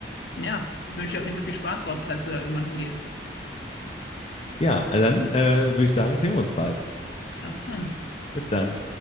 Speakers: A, on the left (about 60°); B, on the left (about 30°).
A: Ja, ich wünsche dir auf jeden Fall viel Spaß dort, falls du da irgendwann hingehst.
B: Ja, also dann äh, würde ich sagen, sehen wir uns bald.
A: Ja, bis dann.
B: Bis dann.